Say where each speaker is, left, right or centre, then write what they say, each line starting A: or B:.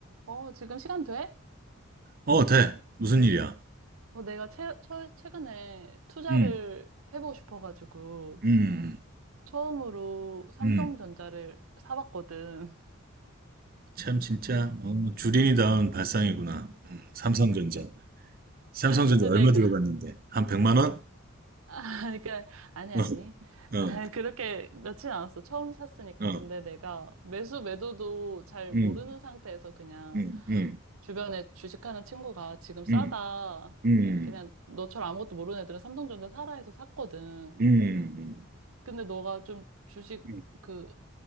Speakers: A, on the right; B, on the right.
A: 어, 지금 시간 돼?
B: 어, 돼. 무슨 일이야?
A: 어, 내가 최, 최, 최근에 투자를
B: 음,
A: 해보고 싶어가지고
B: 음,
A: 처음으로 삼성전자를
B: 음.
A: 사봤거든.
B: 참, 진짜, 어, 주린이다운 발상이구나. 음, 삼성전자.
A: <laughs> 근-
B: 삼성전자
A: 근데
B: 얼마
A: 내가,
B: 들어갔는데? 한 100만 원?
A: <laughs> 그러니까, 아니,
B: 어,
A: 아니.
B: 어, 어,
A: <laughs> 그렇게 넣진 않았어. 처음 샀으니까.
B: 어,
A: 근데
B: 어,
A: 내가 매수 매도도 잘
B: 음,
A: 모르는 상태에서 그냥
B: 음, 음,
A: 주변에 주식하는 친구가 지금 싸다.
B: 음, 음,
A: 그냥 너처럼 아무것도 모르는 애들은 삼성전자 사라 해서 샀거든.
B: 음,
A: 근데 너가 좀 주식
B: 음.
A: 그